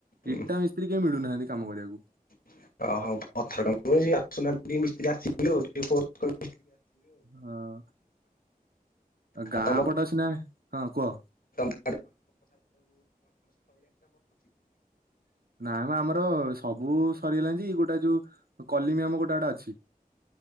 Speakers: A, on the left (about 70°); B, on the right (about 80°).
A: ଉଁ
B: ଇଟା ମିସ୍ତ୍ରୀ କେହି ମିଳୁନାହାନ୍ତି କାମ କରିବାକୁ
A: ଓହୋ ପଥର କ ମିସ୍ତ୍ରୀ ଆସି ଆ
B: ହଁ
A: ଆଉ
B: ଗାଁ
A: ତମ
B: ପଟେ ଅଛି ନା ହଁ କୁହ
A: ବ ଅଛି
B: ନା କ ଆମର ସବୁ ସରିଗଲାଣି ଯେ ଗୋଟେ ଯୋଉ କଲିମି ଆମ ଗୋଟେ ଗଟେ ଅଛି